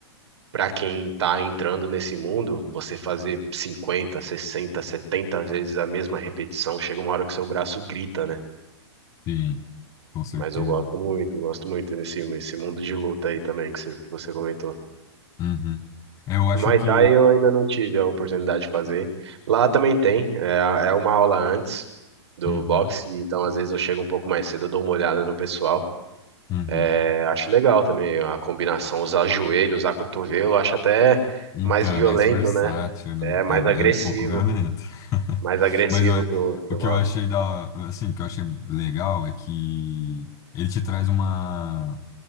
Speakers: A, on the right (about 70°); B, on the left (about 25°).
A: Pra quem tá entrando nesse mundo, você fazer 50, 60, 70 vezes a mesma repetição, chega uma hora que seu braço grita, né?
B: sim, com certeza.
A: Mas eu gosto muito, gosto muito desse esse mundo de luta aí também que você, que você comentou.
B: Uhum. É, Eu acho
A: Muay
B: que.
A: Thai eu ainda não tive a oportunidade de fazer. Lá também tem, é, a- é uma aula antes do
B: Uhum,
A: boxe, então às vezes eu chego um pouco mais cedo, eu dou uma olhada no pessoal.
B: uhum.
A: É, acho legal também a combinação, usar joelho, usar cotovelo, acho até
B: Então,
A: mais violento,
B: é mais versátil,
A: né?
B: né?
A: É mais
B: É,
A: agressivo,
B: é um pouco violento. <laughs>
A: mais agressivo
B: Mas eu-
A: que o, que
B: o
A: o
B: que
A: boxe.
B: eu achei da, assim, o que eu achei legal é que ele te traz uma,